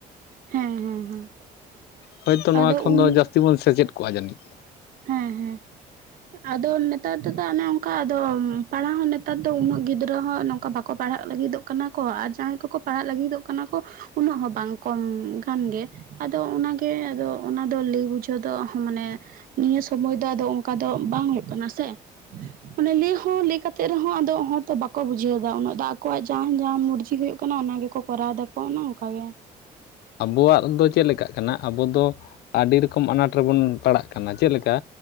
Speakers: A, on the right; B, on the left.
A: ᱦᱮᱸ ᱦᱮᱸ ᱦᱮᱸ
B: ᱦᱳᱭ ᱛᱚ ᱱᱚᱣᱟ
A: ᱟᱫᱚ
B: ᱠᱷᱚᱱ
A: ᱩᱱ
B: ᱫᱚ ᱡᱟᱥ ᱛᱤ ᱵᱚᱱ ᱥᱮᱪᱮᱫ ᱠᱚᱜ-ᱟ ᱡᱟᱱᱤᱡ᱾ <inaudible>
A: ᱦᱮᱸ ᱦᱮᱸ ᱟᱫᱚ ᱱᱮᱛᱟᱨ ᱫᱚ ᱫᱟ ᱚᱱᱮ ᱚᱝᱠᱟ ᱟᱫᱚ ᱯᱟᱲᱦᱟᱣ ᱦᱚᱸ ᱱᱮᱛᱟᱨ ᱫᱚ ᱩᱱᱟᱹᱜ ᱜᱤᱫᱽᱨᱟᱹ ᱦᱚᱸ ᱱᱚᱝᱠᱟ ᱵᱟᱠᱚ ᱯᱟᱲᱦᱟᱜ ᱞᱟᱹᱜᱤᱫᱚᱜ ᱠᱟᱱᱟ ᱠᱚ ᱟᱨ ᱡᱟᱦᱟᱸᱭ ᱠᱚᱠᱚ ᱯᱟᱲᱦᱟᱜ ᱞᱟᱹᱜᱤᱫᱚᱜ ᱠᱟᱱᱟ ᱠᱚ ᱩᱱᱟᱹᱜ ᱦᱚᱸ ᱵᱟᱝ ᱠᱚᱢ ᱜᱟᱱ ᱜᱮ᱾ ᱟᱫᱚ ᱚᱱᱟ ᱜᱮ ᱟᱫᱚ ᱚᱱᱟ ᱫᱚ ᱞᱟᱹᱭ ᱵᱩᱡᱷᱟᱹᱣ ᱫᱚ ᱢᱟᱱᱮ ᱱᱤᱭᱟᱹ ᱥᱚᱢᱚᱭ ᱫᱚ ᱟᱫᱚ ᱚᱝᱠᱟ ᱫᱚ ᱵᱟᱝ ᱦᱩᱭᱩᱜ ᱠᱟᱱᱟ ᱥᱮ᱾ ᱢᱟᱱᱮ ᱦᱚᱸ ᱞᱟᱹᱭ ᱠᱟᱛᱮ ᱨᱮᱦᱚᱸ ᱟᱫᱚ ᱦᱚᱲ ᱫᱚ ᱵᱟᱠ ᱠᱚ ᱵᱩᱡᱷᱟᱹᱣ ᱮᱫᱟ ᱩᱱᱟᱹᱜ ᱫᱚ ᱟᱠᱚᱣᱟᱜ ᱡᱟᱦᱟᱸᱱ ᱡᱟᱦᱟᱸᱱ ᱢᱚᱨᱡᱤ ᱦᱩᱭᱩᱜ ᱠᱟᱱᱟ ᱚᱱᱟ ᱜᱮᱠᱚ ᱠᱚᱨᱟᱣ ᱮᱫᱟ ᱠᱚ ᱚᱱᱮ ᱚᱝᱠᱟ ᱜᱮ᱿
B: ᱟᱵᱚᱣᱟᱜ ᱫᱚ ᱪᱮᱞᱠᱟᱜ ᱠᱟᱱᱟ ᱟᱵᱚ ᱫᱚ ᱟᱹᱰᱤ ᱨᱚᱠᱚᱢ ᱟᱱᱟᱴ ᱨᱮᱵᱚᱱ ᱯᱟᱲᱟᱜ ᱠᱟᱱᱟ, ᱪᱮᱫ ᱞᱮᱠᱟ